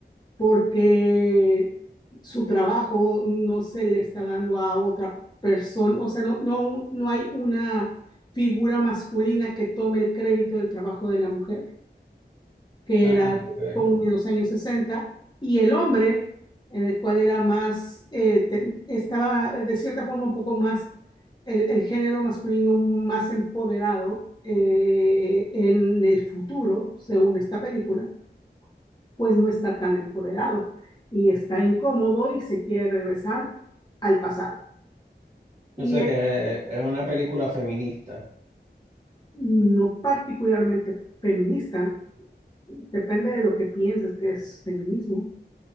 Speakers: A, on the left; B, on the right.
A: porque su trabajo no se le está dando a otra persona, o sea, no, no, no hay una figura masculina que tome el crédito del trabajo de la mujer que
B: Ah,
A: era
B: ok.
A: como de los años sesenta y el hombre, en el cual era más, eh, te- estaba de cierta forma un poco más, el, el género masculino más empoderado eh, en el futuro, según esta película, pues no está tan empoderado y está incómodo y se quiere regresar al pasado.
B: No
A: Y
B: sé
A: es
B: que es una película feminista.
A: no particularmente feminista, depende de lo que pienses que es feminismo